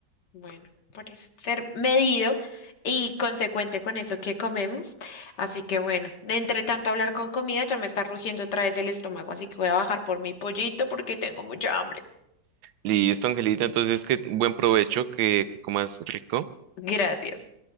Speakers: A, on the left (about 65°); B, on the right (about 85°).
A: bueno, por eso. Ser medido y consecuente con eso que comemos. Así que bueno, de entre tanto hablar con comida, ya me está rugiendo otra vez el estómago, así que voy a bajar por mi pollito porque tengo mucha hambre.
B: Listo, Angelita, entonces que buen provecho, que, que comas rico.
A: Gracias.